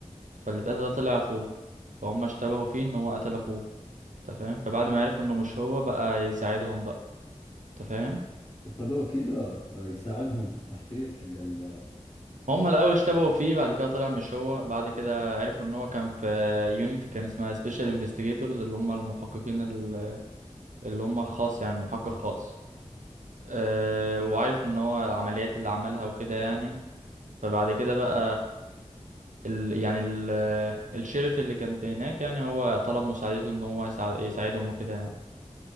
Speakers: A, on the right (about 85°); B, on the left (about 35°).
A: فاللي اتقتل ده طلع اخوه فهم اشتبهوا فيه ان هو قتل اخوه انت فاهم فبعد ما عرفوا انه مش هو بقى يساعدهم بقى انت فاهم
B: وخذوه كذا آه، يساعدهم في التحقيق حق ال...
A: هم الاول اشتبهوا فيه بعد كده طلع مش هو بعد كده عرفوا ان هو كان في يونيتي كان اسمها سبيشال انفستيجيتورز اللي هم المحققين ال- اللي هم خاص يعني محقق خاص أه وعارف ان هو العمليات اللي عملها وكده يعني فبعد كده بقى ال يعني ال الشريف اللي كان في هناك يعني هو طلب مساعدته ان هو يساعد يساعدهم وكده يعني